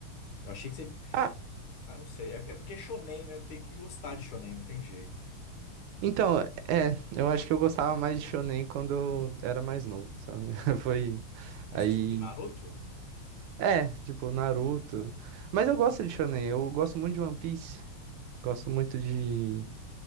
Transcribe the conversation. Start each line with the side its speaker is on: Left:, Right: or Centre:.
Left: Eu achei que você.
Right: Ah,
Left: Ah, não sei. É, é porque é shonen, né? Tem que gostar de shonen, não tem jeito.
Right: então, é, eu acho que eu gostava mais de Shonen quando eu era mais novo, sabe? <laughs> Foi.
Left: Aí
Right: Aí
Left: você assistiu Naruto?
Right: É, tipo, Naruto. Mas eu gosto de shonen, eu gosto muito de One Piece. Gosto muito de,